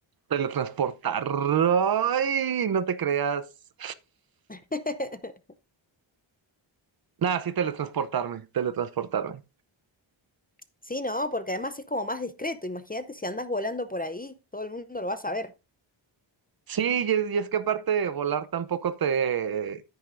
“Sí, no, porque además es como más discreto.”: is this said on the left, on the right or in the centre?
Left